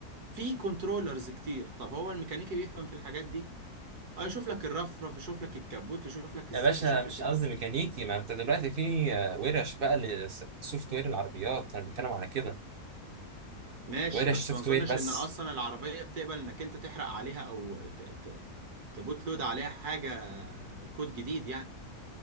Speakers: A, on the right (about 70°); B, on the right (about 50°).
A: في كنترولرز كتير طب هو الميكانيكي بيفهم في الحاجات دي اه يشوف لك الرفرف يشوف لك الكبوت يشوف لك الزيت
B: يا باشا
A: يشوف
B: مش
A: لك
B: قصدي ميكانيكي ما انت دلوقتي في آه، ورش بقى للسوفت وير العربيات انا بتكلم على كده
A: ماشي
B: ورش
A: بس
B: سوفت
A: ما اظنش
B: وير بس
A: ان اصلا العربية بتقبل انك انت تحرق عليها او ت... ت... تبوت لود عليها حاجة كود جديد يعني